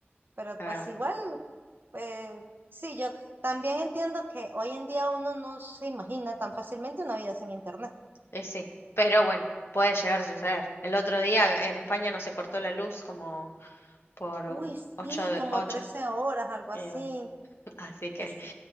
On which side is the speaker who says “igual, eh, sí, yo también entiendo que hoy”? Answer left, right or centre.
Right